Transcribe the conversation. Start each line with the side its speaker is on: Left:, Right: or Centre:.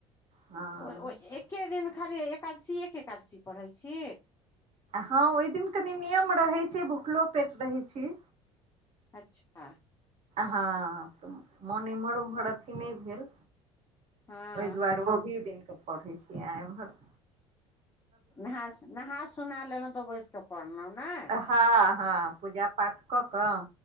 Right: हँ
Left: ओ ओ एक एक दिन खाली एकादशी एक एकादशी पढ़ै छी
Right: हँ ओहि दिन कनी नियम रहै छै भूखलो पेट रहै छै
Left: अच्छा
Right: ह त मन इमहर उमहर अथी नहि भेल
Left: हँ
Right: ओहि दुआरे
Left: हँ
Right: ओहि दिनके पढ़ै छियै एमहर
Left: नहा नहा सुना लेलहुँ तऽ ओ बैस कऽ पढ़लहुँ ने
Right: ह हँ पूजा पाठ कऽ कऽ